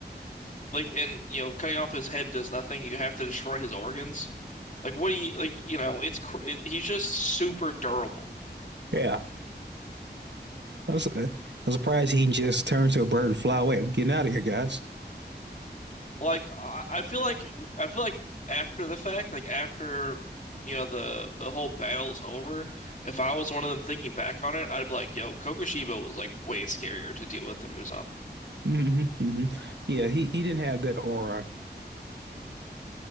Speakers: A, on the left (about 45°); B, on the right (about 80°).
A: Like and you know, cutting off his head does nothing. You have to destroy his organs. Like, what do you like? You know, it's cr it, he's just super durable.
B: Yeah. I was, uh, I'm surprised he just turned to a bird and fly away. I'm getting out of here, guys.
A: Like, I, I feel like I feel like after the fact, like after you know the the whole battle's over, if I was one of them thinking back on it, I'd be like, yo, Kokushibo was like way scarier to deal with than Muzan.
B: hmm hmm Yeah, he, he didn't have that aura.